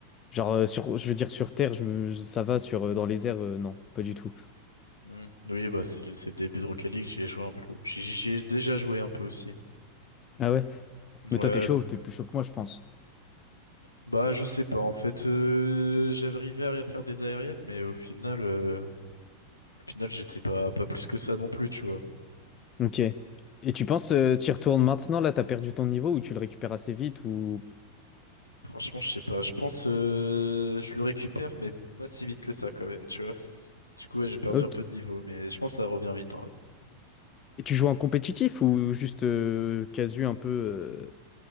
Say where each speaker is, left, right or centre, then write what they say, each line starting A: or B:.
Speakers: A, on the left; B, on the left.
A: Genre, euh, sur... je veux dire, sur Terre, je me... je- ça va, sur... euh, dans les airs, euh, non, pas du tout.
B: Hmm. Oui, bah c'est c'est le début de Rocket League, j'y ai joué un peu. J'y j'y ai déjà joué un peu aussi.
A: Ah ouais? Mais
B: Ouais.
A: toi, t'es chaud, t'es plus chaud que moi, je pense.
B: Bah je sais pas, en fait euh, j'arrivais à faire des aériennes, mais au final euh, au final j'étais pas pas plus que ça non plus, tu vois.
A: Ok. Et tu penses, euh, t'y retournes maintenant, là, t'as perdu ton niveau, ou tu le récupères assez vite, ou...
B: Franchement, je sais pas. Je pense euh, je le récupère, mais pas si vite que ça quand même, tu vois. Du coup ouais, j'ai perdu
A: Ok.
B: un peu de niveau, mais je pense que ça revient vite. hein.
A: Et tu joues en compétitif, ou juste euh, casu un peu... euh,